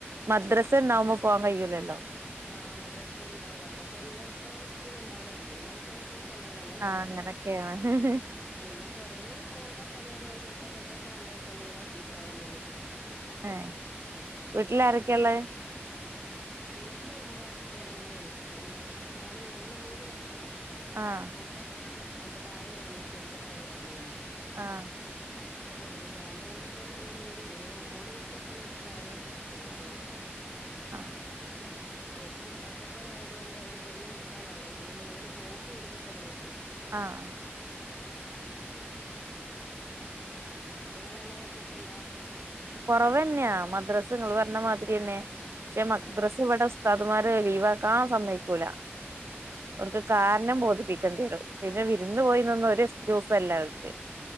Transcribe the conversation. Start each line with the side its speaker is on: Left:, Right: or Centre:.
Right: മദ്രസന്നാവുമ്പ പോവാൻ കഴിയുലല്ലോ
Left: ആഹ് മദ്രാസ ഉണ്ടാവും മദ്രാസ ഉള്ള ദിവസം സ്കൂൾ ഉണ്ടാവില്ല സ്കൂള ദിവസം മദ്രാസ ഉണ്ടാവില്ല അങ്ങനെയാണല്ലോ
Right: ആഹ് <unintelligible>
Left: പിന്നെ കൊറ പോകുന്ന സമയത്ത് ഞാൻ ചെല മദ്രാസ രണ്ട് ദിവസം ലീവ് ആകിട്ട് ആള് നിന്നിട്ട് പോരും
Right: ഏ വീട്ടില്
Left: ആ,
Right: ആരൊക്കെയ
Left: അങ്ങനെ
Right: ഇള്ള്
Left: വീട്ടില് ഉമ്മ ഉപ്പ അനിയനും പിന്നെ ഞാന് ഞങ്ങള് മൂന്ന് മക്ക ക്കള
Right: ആഹ്
Left: മുത്തേ ഞാനും എന്റെ തയെ അനിയത്തിയും അതിന്റെ തായെ ഒരു അനിയനും
Right: ആഹ
Left: അതിനു ഞാൻ പോകുബോ ഓള് വരും ഓള് വരുന്ന സമയത്ത് ഞാനും പോവോ അങ്ങനെ
Right: ആഹ
Left: ഓക്കും ഒറ്റപ്പര ആയതുകൊണ്ട് അങ്ങനെ വന്ന് നിക്കക്കാനാവല്ലോ അപ്പൊ പിന്നെ ഞങ്ങള്ൾ പോകുമ്പോൾ ഒരുമിച്ച് അങ്ങനെ കൂടും
Right: ആഹ
Left: അങ്ങനെ നിങ്ങ എങ്ങനെ പൊക്കണ്ടോ
Right: കുറവന്നെയാ മദ്രസ്ങ്ങൾ പറരണ മാതിരി തന്നെ പക്ഷെ മദ്രസ്
Left: ആ
Right: ഇവിടെ ഉസ് ഇവൻമാര് ലീവക്കാൻ സമ്മക്കൂല
Left: ആ
Right: അവർക്ക് കാരണം ബോധിപ്പി ും പിന്നെ വിരുന്ന് പോയി നിന്ന ഒരു എസ്ക്യൂസ അല്ല അവർക്ക്